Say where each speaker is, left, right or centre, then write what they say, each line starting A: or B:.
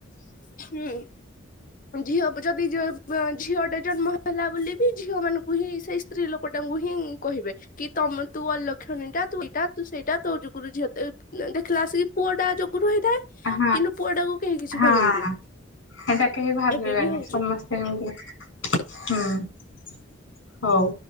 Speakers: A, on the left (about 40°); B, on the left (about 75°).
A: ହୁଁ। ଝିଅ ହବୁ ଯଦି ଝିଅ ଟେ ଯନ୍ମ ହେଲା ବୋଲି ବି ଝିଅ ମାନଙ୍କୁ ହିଁ ସେଇ ସ୍ତ୍ରୀ ଲୋକ ଟାଙ୍କୁ ହିଁ କହିବେ କି ତମେ ତୁ ଅଲୋ କ୍ଷଣୀଟା ତୁ ଏଇଟା ତୁ ସେଇଟା ତୋ ଯୋଗରୁ ଝିଅଟେ ଦେଖିଲା ଆସିକି ପୁଅ ଟା ଯୋଗୁ ରୁ ହେଇଥାଏ
B: ହଁ
A: କିନ୍ତୁ ପୁଅ ଟାକୁ କେହି କିଛି
B: ହଁ ହଁ।
A: କହିବେନି।
B: ସେଟା କେହି ଭାବିବେନି
A: ଏବେ ବି ହଉଛି
B: ସମସ୍ତେ ଏମିତି ହୁଁ। ହଉ